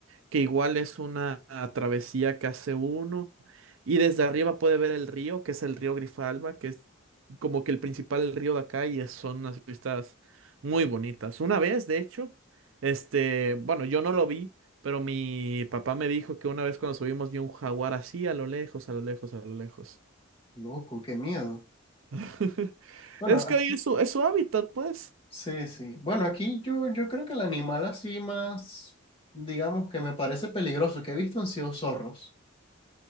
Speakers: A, on the right; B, on the left.
A: que igual es una travesía que hace uno y desde arriba puede ver el río, que es el río Grijalva, que es como que el principal río de acá y es- son unas vistas muy bonitas. Una vez, de hecho, este, bueno, yo no lo vi, pero mi papá me dijo que una vez cuando subimos vi un jaguar así a lo lejos, a lo lejos, a lo lejos.
B: Loco, qué miedo.
A: <laughs>
B: Bueno,
A: Es
B: aquí,
A: que ahí es su, es su hábitat, pues.
B: sí, sí. Bueno, aquí yo, yo creo que el animal así más, digamos, que me parece peligroso que he visto han sido zorros.